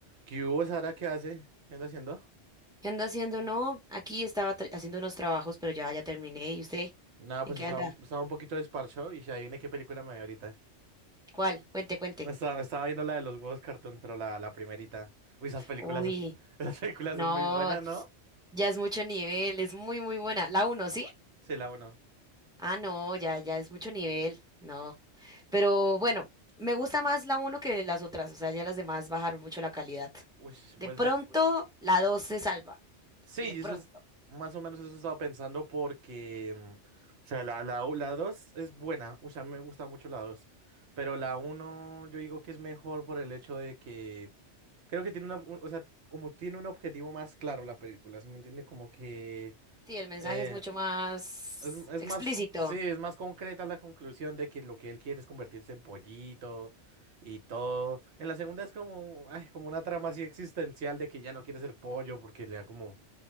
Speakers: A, on the right; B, in the centre.
A: ¿Qué hubo, Sara? ¿Qué hace? ¿Qué anda haciendo?
B: ¿Qué anda haciendo? No, aquí estaba tra- haciendo unos trabajos, pero ya, ya terminé. ¿Y usted?
A: Nada,
B: ¿En
A: pues
B: qué
A: estaba,
B: anda?
A: un- estaba un poquito desparchado y ya adivine qué película me vi ahorita.
B: ¿Cuál? Cuente, cuente.
A: Me estaba, me estaba viendo la de los huevos cartoon, pero la, la primerita. Uy, esas películas,
B: Uy,
A: <laughs> esas películas
B: no,
A: son muy buenas, ¿no?
B: ya es mucho nivel, es muy, muy buena. La uno, ¿sí?
A: Sí, la uno.
B: Ah, no, ya, ya es mucho nivel, no. Pero bueno, me gusta más la uno que las otras, o sea, ya las demás bajaron mucho la calidad.
A: Uy,
B: De
A: pues
B: pronto, la dos se salva,
A: Sí,
B: de pronto.
A: eso es más o menos eso estaba pensando porque, mm, o sea, la, la, u- la 2 es buena, o sea, a mí me gusta mucho la dos pero la uno yo digo que es mejor por el hecho de que creo que tiene una, o sea, como tiene un objetivo más claro la película, ¿sí me entiende? Como que
B: Sí, el mensaje
A: eh,
B: es mucho más
A: es, es
B: explícito,
A: más, sí, es más concreta la conclusión de que lo que él quiere es convertirse en pollito y todo. En la segunda es como, ay, como una trama así existencial de que ya no quiere ser pollo porque le da como,